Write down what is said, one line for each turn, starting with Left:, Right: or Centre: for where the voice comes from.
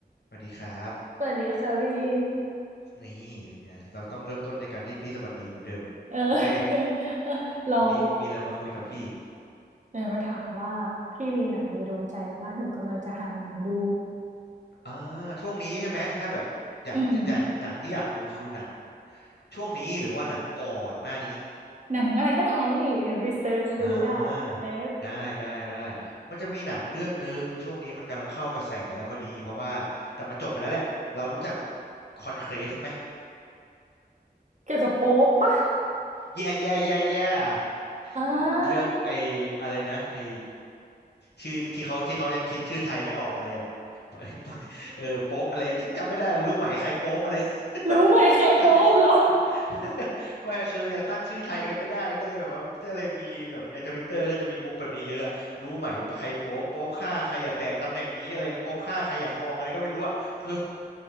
Left: สวัสดีครับ
Right: สวัสดีค่ะพี่
Left: นี่เนี่ยเราต้องเริ่มต้นด้วยการที่พี่สวัสดีเหมือนเดิมโอเค
Right: เออ <laughs> เรา
Left: วันนี้มีอะไรมาคุยกับพี่
Right: เนี่ยมาถามว่าพี่มีหนังในดวงใจว่าหนูกำลังจะหาหนังดู
Left: อ่าช่วงนี้ใช่ไหมถ้าแบบอยากจะจ่ายหนังที่อยากดูคือหนัง
Right: อืม
Left: ช่วงนี้หรือว่าหนังก่อนหน้านี้
Right: หนังอะไรก็ได้พี่ไปเซิร์ชดูได้
Left: อ่าได้ได้ได้
Right: เออ
Left: มันจะมีหนังเรื่องหนึ่งช่วงนี้มันกำลังเข้ากระแสพอดีเพราะว่าแต่มันจบไปแล้วแหละเรารู้จักคอนเคลฟไหม
Right: เกี่ยวกับโป๊ปปะ
Left: แย่แย่แย่แย่
Right: อ่
Left: อืมเรื่องไอ้อะไรนะไอ้
Right: า
Left: ชื่อที่เขาที่เขายังคิดชื่อไทยไม่ออกอะไรแ่บ <laughs> เออโป๊ปอะไรจำไม่ได้รู้ไหมใครโป๊ปอะไร <laughs>
Right: รู้ไหมใครโป๊ปเหรอ
Left: ตั้ง <laughs> ไม่คือยังตั้งชื่อไทยกันไม่ได้ก็เลยแบบว่าก็เลยมีแบบในทวิตเตอร์ก็จะมีมุกแบบนี้เยอะอะรู้ไหมใครโป๊ปโป๊ปฆ่าใครอย่าแตะตำแหน่งนี้อะไรโป๊ปฆ่าใครอย่าครองอะไรก็ไม่รู้อ่ะคือ